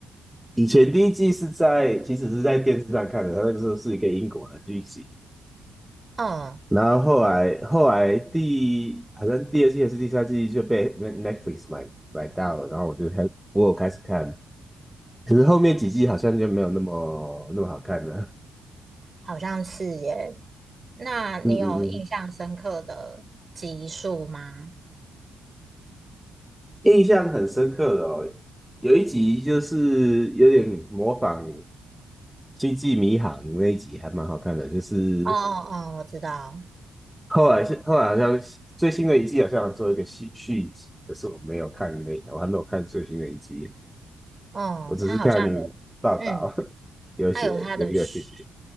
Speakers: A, in the centre; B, on the right (about 30°).
A: 以前第一季是在其实是在电视上看的，它那个时候是一个英国的剧集，
B: 嗯，
A: 然后后来后来第好像第二季还是第三季就被被 Netflix 买买到了，然后我就开我有开始看，可是后面几季好像就没有那么那么好看了。
B: 好像是耶。那你有印象深刻的集数吗？
A: 嗯嗯嗯，印象很深刻的哦，有一集就是有点模仿《星际迷航》那一集还蛮好看的，就是
B: 哦哦哦，我知道。
A: 后来是后来好像最新的一季好像做一个续续集，可是我没有看那，我还没有看最新的一集。
B: 哦，
A: 我只是看
B: 他好像有，
A: 报道
B: 嗯，
A: <laughs> 有写有一个去写，
B: 他有他的续，